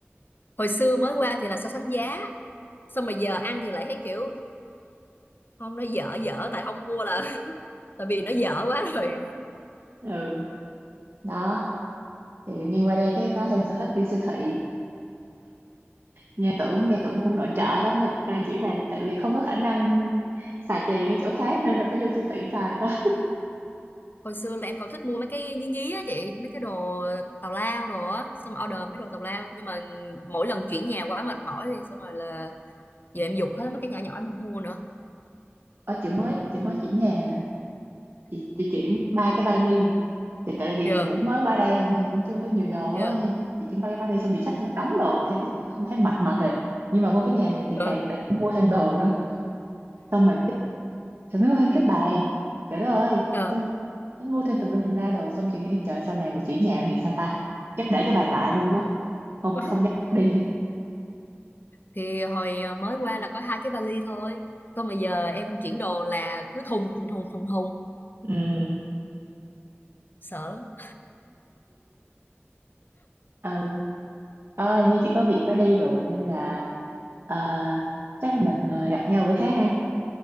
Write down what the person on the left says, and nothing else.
hồi xưa mới qua thì là so sánh giá xong mà giờ ăn thì lại thấy kiểu không nó dở dở tại không mua là <laughs> tại vì nó dở quá rồi
hồi xưa là em còn thích mua mấy cái nhí nhí á chị mấy cái đồ tào lao đồ á xong rồi order mấy đồ tào lao nhưng mà mỗi lần chuyển nhà quá mệt mỏi thì xong rồi là giờ em giục hết mấy cái nhỏ nhỏ em không mua nữa
yeah
yeah
ờ
ờ
<laughs>
thì hồi ờ, mới qua là có hai cái vali thôi xong rồi giờ em chuyển đồ là cứ thùng thùng thùng thùng thùng
sợ lắm